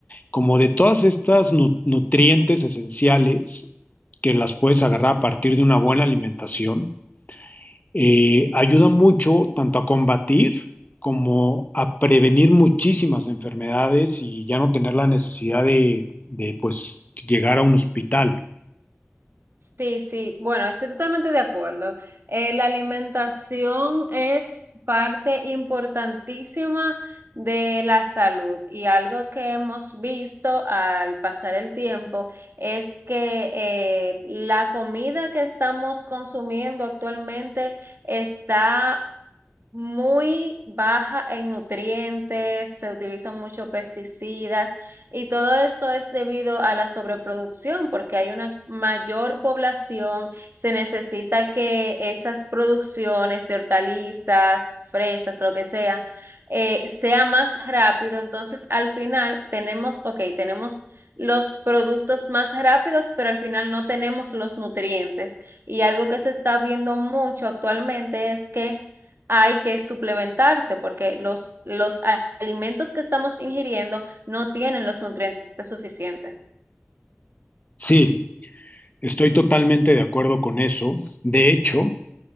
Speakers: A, on the left; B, on the right.
A: como de todas estas nu- nutrientes esenciales que las puedes agarrar a partir de una buena alimentación, eh, ayuda mucho tanto a combatir como a prevenir muchísimas enfermedades y ya no tener la necesidad de, de, pues llegar a un hospital.
B: Sí, sí, bueno, estoy totalmente de acuerdo. Eh, la alimentación es parte importantísima de la salud y algo que hemos visto al pasar el tiempo es que eh, la comida que estamos consumiendo actualmente está muy baja en nutrientes, se utilizan muchos pesticidas y todo esto es debido a la sobreproducción porque hay una mayor población, se necesita que esas producciones de hortalizas, fresas, lo que sea, eh, sea más rápido. Entonces, al final tenemos, ok, tenemos los productos más rápidos, pero al final no tenemos los nutrientes. Y algo que se está viendo mucho actualmente es que hay que suplementarse porque los, los a- alimentos que estamos ingiriendo no tienen los nutrientes suficientes.
A: Sí, estoy totalmente de acuerdo con eso. De hecho,